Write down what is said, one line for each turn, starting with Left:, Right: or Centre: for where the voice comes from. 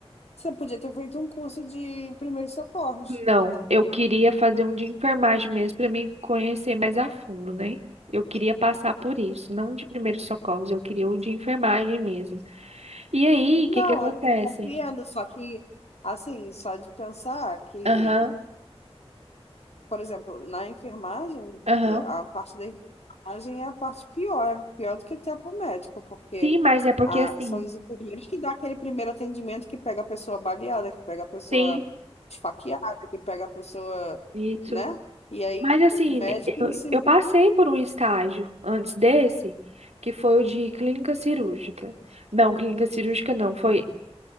Left: Você podia ter feito um curso de primeiros socorros.
Right: Não, eu queria fazer um de enfermagem mesmo para me conhecer mais a fundo, né? Eu queria passar por isso, não de primeiros socorros, eu queria o de enfermagem mesmo. E aí, o
Left: Não,
Right: que que acontece?
Left: eu até compreendo, só que, assim, só de pensar que.
Right: Aham,
Left: por exemplo, na enfermagem,
Right: aham.
Left: a parte da enfermagem é a parte pior, é pior do que até para o médico, porque
Right: Sim, mas é porque
Left: a,
Right: assim,
Left: são os enfermeiros que dão aquele primeiro atendimento que pega a pessoa baleada, que pega a pessoa
Right: sim,
Left: esfaqueada, que pega a pessoa,
Right: isso.
Left: né? E aí
Right: Mas assim,
Left: o médico
Right: eu,
Left: em si.
Right: eu passei por um estágio antes desse, que foi o de clínica cirúrgica. Não, clínica cirúrgica não, foi